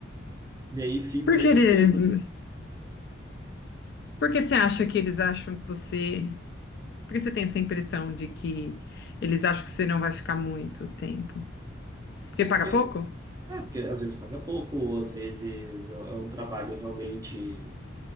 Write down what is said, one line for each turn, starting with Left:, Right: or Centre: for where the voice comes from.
Right: E aí fico
Left: Por
Right: nesse
Left: que ele...
Right: limbo,
Left: Por que você acha que eles acham que você... Por que você tem essa impressão de que eles acham que você não vai ficar muito tempo? Porque
Right: porque,
Left: paga pouco?
Right: é, porque às vezes paga pouco, ou às vezes é é um trabalho realmente.